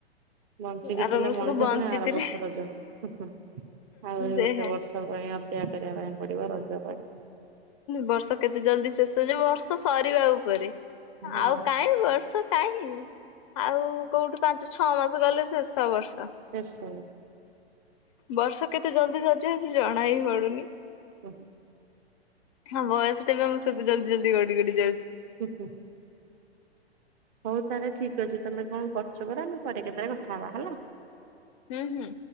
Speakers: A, on the right; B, on the left.
A: ବଞ୍ଚିକି
B: ଆର
A: ଥିଲେ
B: ବର୍ଷକୁ
A: ମଣିଷ
B: ବଞ୍ଚିଥିଲେ
A: ପୁଣି ଆର ବର୍ଷ ରଜ ହୁ ହୁ ଆହୁରି
B: ଯେ
A: ଗୋଟେ ବର୍ଷ। ରଜ ପାଇଁ ଅପେକ୍ଷା କରିବା ପାଇଁ ପଡିବ ରଜ ପାଇଁ।
B: ବର୍ଷ କେତେ ଜଲ୍ଦୀ ଶେଷ ହେଇଯିବ ବର୍ଷ ସରିବା ଉପରେ।
A: ହଁ
B: ଆଉ କାହିଁ ବର୍ଷ କାହିଁ ଆଉ କୋଉଠି ପାଞ୍ଚ ଛଅ ମାସ ଗଲେ ଶେଷ ବର୍ଷ।
A: ଶେଷ।
B: ବର୍ଷ କେତେ ଜଲ୍ଦୀ ସରିଯିବ କିଛି ଜଣା ବି ପଡୁନି।
A: ଓଃ।
B: ହଁ ବୟସଟାବି ଆମ ସେତେ ଜଲ୍ଦୀ ଜଲ୍ଦୀ ଗଡି ଗଡି ଯାଉଛି।
A: ହୁ ହୁ। ହୋଉ ତାହେଲେ ଠିକ ଅଛି ତମେ କଣ କରୁଛ ପରା ଆମେ ପରେ କେଟେବେଲେ କଥା ହେବା ହେଲା।
B: ହୁଁ ହୁଁ।